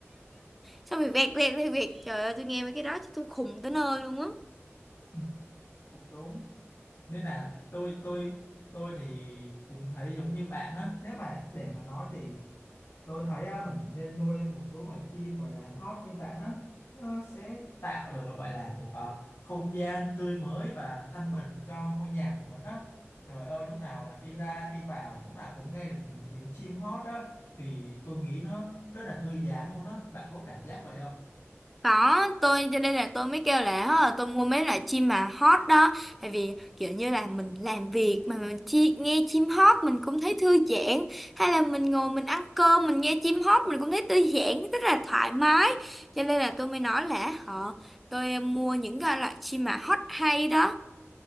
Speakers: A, in the centre; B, on the left.
A: xong rồi vẹt vẹt vẹt vẹt trời ơi tôi nghe mấy cái đó tôi khùng tới nơi luôn á
B: Ừ, cũng đúng nên là tôi tôi tôi thì cũng thấy giống như bạn á nếu mà để mà nói thì tôi thấy á, mình nên nuôi một số loài chim gọi là hót như bạn á nó sẽ tạo được gọi là một ờ, không gian tươi mới và thanh bình cho ngôi nhà của mình á trời ơi lúc nào là đi ra đi vào lúc nào cũng nghe được những tiếng chim hót á thì tôi nghĩ nó rất là thư giãn luôn á bạn có cảm giác vậy không
A: có tôi cho nên là tôi mới kêu là "Hả, tôi mua mấy loại chim mà hót đó tại vì kiểu như là mình làm việc mà mình chi, nghe chim hót mình cũng thấy thư giãn hay là mình ngồi mình ăn cơm mình nghe chim hót mình cũng thấy thư giãn rất là thoải mái cho nên là tôi mới nói là họ tôi mua những cái loại chim mà hót hay đó